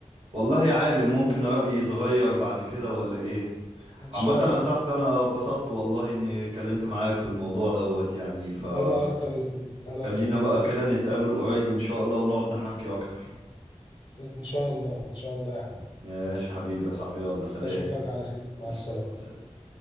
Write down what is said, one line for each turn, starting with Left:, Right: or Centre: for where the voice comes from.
Right: والله يا عالم ممكن رأيي يتغير بعد كده ولا إيه
Left: ان
Right: عامة
Left: شاء الله
Right: يا صاحبي أنا اتبسطت والله إني اتكلمت معاك في الموضوع دوت يعني فخلينا
Left: انا اكتر يا صديقي انا
Right: بقى
Left: اكتر بكتير
Right: كده نتقابل قريب إن شاء الله ونقعد نحكي أكتر
Left: ان شاء الله ان شاء الله يا حبيبي
Right: ماشي حبيبي يا صاحبي يلا سلام
Left: اشوفك على خير مع
Right: إن
Left: السلامه
Right: شاء الله سلام